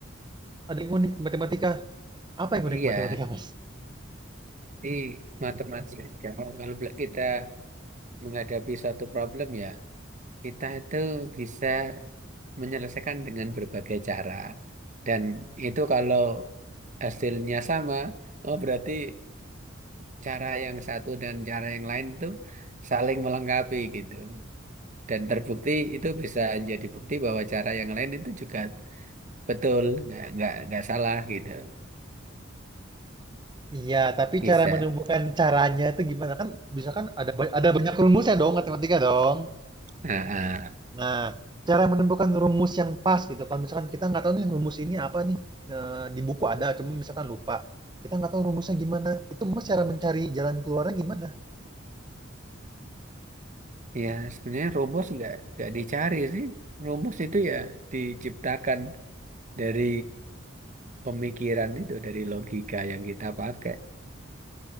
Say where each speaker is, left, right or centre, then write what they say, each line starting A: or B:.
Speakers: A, on the right; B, on the right.
A: ada yang unik matematika. Apa yang
B: iya
A: unik matematika, Mas?
B: di matematika kalau kalau kita menghadapi suatu problem ya kita itu bisa menyelesaikan dengan berbagai cara. Dan itu kalau hasilnya sama, oh berarti cara yang satu dan cara yang lain itu saling melengkapi gitu. Dan terbukti itu bisa jadi bukti bahwa cara yang lain itu juga betul, nggak nggak nggak salah gitu.
A: Iya, tapi
B: Bisa.
A: cara menemukan caranya itu gimana? Kan bisa kan ada ba- ada banyak rumusnya dong matematika dong.
B: Ah, ah.
A: Nah, cara menemukan rumus yang pas gitu. Kalau misalkan kita nggak tahu nih rumus ini apa nih, Nah, di buku ada, cuma misalkan lupa. Kita nggak tahu rumusnya gimana. Itu Mas cara mencari jalan keluarnya gimana?
B: Ya sebenarnya rumus nggak nggak dicari sih. Rumus itu ya diciptakan dari pemikiran itu, dari logika yang kita pakai.